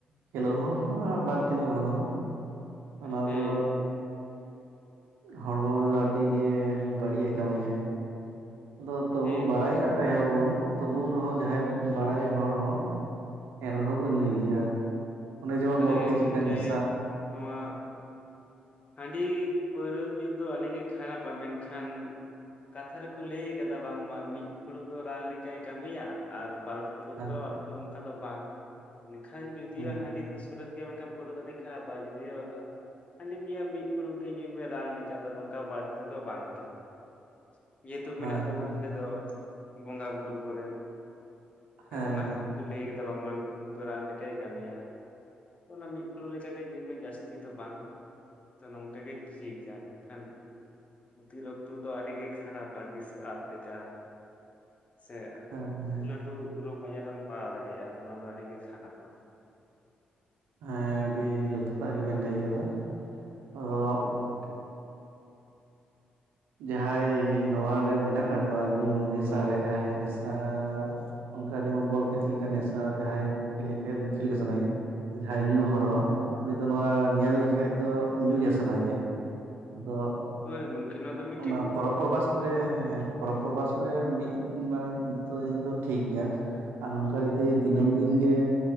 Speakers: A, on the right; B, on the left.
A: ᱠᱷᱮᱞᱳᱜ ᱦᱚᱲ ᱦᱚᱸ ᱟᱨ ᱵᱟᱝ ᱠᱷᱮᱞᱳᱜ ᱦᱚᱲ ᱦᱚᱸ ᱚᱱᱟ
B: ᱦᱮᱸ
A: ᱫᱚ ᱦᱚᱲᱢᱚ ᱨᱮᱫᱚ ᱟᱹᱰᱤ ᱜᱮ ᱵᱟᱹᱲᱤᱡᱼ ᱮ ᱠᱟᱹᱢᱤᱭᱟᱭ ᱾ ᱟᱫᱚ ᱛᱚᱵᱩ
B: ᱦᱮᱸ
A: ᱵᱟᱲᱟᱭ
B: ᱜᱚᱝᱠᱮ
A: ᱠᱟᱜ ᱨᱮᱦᱚᱸ ᱵᱚᱱ, ᱛᱚᱵᱩ ᱨᱮᱦᱚᱸ ᱡᱟᱦᱟᱸᱭ ᱵᱟᱲᱟᱭ ᱦᱚᱲ ᱦᱚᱸ ᱮᱱᱨᱮᱦᱚᱸ ᱠᱚ ᱧᱩᱭ ᱜᱮᱭᱟ ᱾ ᱚᱱ ᱡᱮᱢᱚᱱ
B: ᱥᱟᱹᱨᱤ
A: ᱠᱚᱞ
B: ᱜᱮ
A: ᱠᱷᱮᱞ ᱪᱮᱫ
B: ᱜᱚᱝᱠᱮ
A: ᱞᱮᱠᱟ ᱱᱮᱥᱟ ᱾
B: ᱱᱚᱣᱟ ᱦᱟᱺᱰᱤ ᱯᱟᱹᱣᱨᱟᱹ ᱡᱩᱜᱽ ᱫᱚ ᱟᱹᱰᱤ ᱜᱮ ᱠᱷᱟᱨᱟᱯᱟ ᱢᱮᱱᱠᱷᱟᱱ ᱠᱟᱛᱷᱟ ᱨᱮᱠᱚ ᱞᱟᱹᱭ ᱠᱟᱫᱟ ᱵᱟᱝᱢᱟ ᱢᱤᱫ ᱯᱷᱩᱲᱩᱜ ᱫᱚ ᱨᱟᱱ ᱞᱮᱠᱟᱭ ᱠᱟᱹᱢᱤᱭᱟ ᱟᱨ ᱵᱟᱨ ᱯᱷᱩᱲᱩᱜ
A: ᱦᱮᱸ
B: ᱫᱚ ᱟᱨᱠᱤ ᱚᱱᱠᱟ ᱫᱚ ᱵᱟᱝ ᱮᱱᱠᱷᱟᱱ ᱡᱩᱫᱤᱭᱳ
A: ᱦᱮᱸ
B: ᱦᱟᱺᱰᱤ ᱥᱚᱨᱮᱥ ᱜᱮᱭᱟ ᱢᱮᱱ ᱠᱷᱟᱱ ᱯᱟᱣᱨᱟᱹ ᱫᱚ ᱟᱹᱰᱤ ᱠᱷᱟᱨᱟᱯᱟᱭ ᱡᱚᱫᱤᱭᱳ <unintelligible> ᱢᱤᱫ ᱯᱷᱩᱲᱩᱜ ᱜᱮ ᱧᱩᱭ ᱢᱮ ᱨᱟᱱ ᱞᱮᱠᱟ ᱫᱚ ᱱᱚᱝᱠᱟ ᱵᱟᱹᱲᱛᱤ ᱫᱚ ᱵᱟᱝᱜᱮ ᱾ ᱡᱮᱦᱮᱛᱩ ᱢᱮᱱᱟᱜ
A: ᱦᱮᱸ
B: ᱛᱟᱵᱚᱱᱟ ᱦᱟᱹᱰᱤ ᱫᱚ ᱵᱚᱸᱜᱟ ᱵᱩᱨᱩ ᱠᱚᱨᱮ
A: ᱦᱮᱸ
B: ᱚᱱᱟ
A: ᱦᱮᱸ
B: ᱠᱷᱟᱹᱛᱤᱨ ᱠᱚ ᱞᱟᱹᱭ ᱠᱮᱫᱟ ᱵᱟᱝᱢᱟ ᱢᱤᱫ ᱯᱷᱩᱲᱩ ᱫᱚ ᱨᱟᱱ ᱞᱮᱠᱟᱭ ᱠᱟᱹᱢᱤᱭᱟ ᱛᱚ ᱚᱱᱟ ᱢᱤᱫ ᱯᱷᱩᱲᱩᱜ ᱞᱮᱠᱟᱜᱮ ᱡᱟᱹᱥ ᱛᱤ ᱫᱚ ᱵᱟᱝ ᱾ ᱛᱚ ᱱᱚᱝᱠᱟ ᱜᱮ ᱴᱷᱤᱠ ᱟ ᱢᱮᱱ ᱠᱷᱟᱱ ᱩᱛᱩ ᱨᱚᱠᱛᱚ ᱫᱚ ᱟᱹᱰᱤ ᱠᱷᱟᱨᱯᱟ ᱫᱤᱥᱟ. ᱟᱫ ᱞᱮᱠᱟ ᱾ ᱥᱮ
A: ᱦᱮᱸ
B: ᱵᱚᱦᱩ
A: ᱦᱮᱸ
B: ᱞᱟᱹᱴᱩ ᱨᱩᱯ ᱟᱡᱟᱨᱢ ᱯᱟᱲᱟᱣ ᱫᱟᱲᱮᱭᱟᱜᱼᱟ ᱛᱟ ᱱᱚᱣᱟ ᱫᱚ ᱟᱹᱰᱤ ᱜᱮ ᱠᱷᱟᱨᱟᱯᱟ ᱾
A: ᱦᱮᱸ ᱟᱹᱰᱤ ᱡᱚᱛᱷᱟᱛᱟᱜ ᱜᱮᱵᱮᱱ ᱞᱟᱹᱭ ᱠᱟᱫᱟ ᱟᱫᱚ
B: ᱦᱳᱭ ᱜᱚᱝᱠᱮ
A: ᱡᱟᱦᱟᱸᱭ ᱱᱚᱶᱟ ᱨᱮ ᱢᱮᱱᱟᱜ ᱠᱟᱜ ᱠᱚᱣᱟ ᱧᱩ ᱱᱮᱥᱟ ᱨᱮ ᱡᱟᱦᱟᱸᱭ ᱱᱮᱥᱟᱻ ᱚᱱᱠᱟ ᱡᱮᱢᱚᱱ ᱵᱚᱞ ᱠᱷᱮᱞ ᱪᱮᱫ ᱞᱮᱠᱟ ᱱᱮᱥᱟ ᱡᱟᱦᱟᱸᱭ ᱠᱷᱮᱞ ᱞᱮᱱᱠᱷᱟᱱᱡ ᱠᱷᱮᱞ ᱜᱮ ᱥᱟᱱᱟᱭᱮᱭᱟ, ᱡᱟᱦᱟᱸᱭ ᱧᱩ ᱦᱚᱲ ᱦᱚᱸ ᱩᱱᱤ ᱫᱚ ᱱᱚᱶᱟ ᱧᱮᱞ ᱞᱮᱠᱷᱟᱡ ᱫᱚ ᱧᱩ ᱜᱮ ᱥᱟᱱᱟᱭᱮᱭᱟ᱾ ᱟᱫᱚ,
B: ᱦᱳᱭ ᱜᱚᱝᱠᱮ ᱱᱚᱶᱟ ᱫᱚ ᱢᱤᱫ
A: ᱚᱱᱟ ᱯᱚᱨᱚᱵᱽ ᱯᱚᱨᱵᱟᱥ ᱠᱚᱨᱮ ᱦᱮᱸ ᱯᱚᱨᱚᱵᱽ ᱯᱚᱨᱵᱟᱥ ᱠᱚᱨᱮ ᱢᱤᱫ ᱵᱟᱨ ᱫᱚᱭ ᱫᱤᱱ ᱫᱚ ᱴᱷᱤᱠ ᱜᱮᱭᱟ ᱟᱨ ᱱᱚᱝᱠᱟ ᱡᱩᱫᱤ ᱫᱤᱱᱟᱹᱢ ᱫᱤᱱ ᱜᱮ,